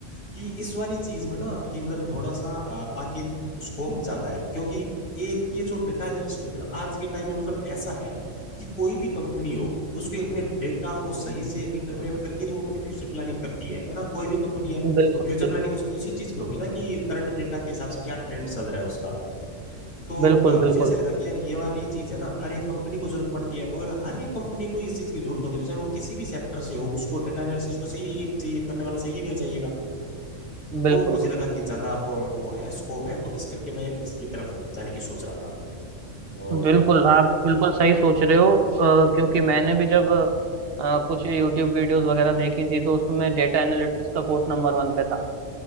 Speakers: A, on the left; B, on the right.
A: कि इस वाली चीज में ना कि मतलब थोड़ा सा अ, आगे स्कोप ज्यादा है क्योंकि एक ये जो डेटा एनालिस्ट होते हैं ना आज के टाइम में मतलब ऐसा है कि कोई भी कंपनी हो उसके अपने डेटा को सही से इंटरप्रेट करके तो वो अपनी फ्यूचर प्लानिंग करती है है ना कोई भी कंपनी है
B: बिल्कुल
A: तो फ्यूचर
B: बिल्कुल
A: प्लानिंग उसकी उसी चीज पे होगी ना कि करंट डेटा के हिसाब से क्या ट्रेंड चल रहा है उसका तो
B: बिल्कुल
A: अ,
B: बिल्कुल
A: मुझे ऐसा लगा कि यार ये वाली चीज है ना हर एक कंपनी को जरूरत पड़ती है तो अगर हर एक कंपनी को इस चीज की जरूरत होगी तो चाहे वो किसी भी सेक्टर से हो उसको डेटा एनालिसिस तो सही है- चाहिए करने वाला सही है चाहिएगा
B: बिल्कुल
A: तो मुझे लगा कि ज्यादा और वो है स्कोप है तो इस करके मैं इसकी तरफ जाने की सोच रहा था और
B: बिल्कुल आप बिल्कुल सही सोच रहे हो अ, क्योंकि मैंने भी जब अ, कुछ यूट्यूब वीडियोस वगैरह देखी थी तो उसमें डेटा एनालिटिक्स का कोर्स नंबर वन पे था